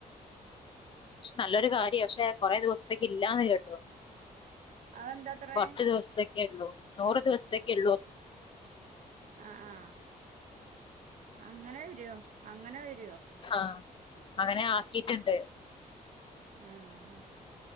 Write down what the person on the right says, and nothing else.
അതെന്താത്രേ
ആ ആ അങ്ങനെ വരോ അങ്ങനെ വരു
ആ ആ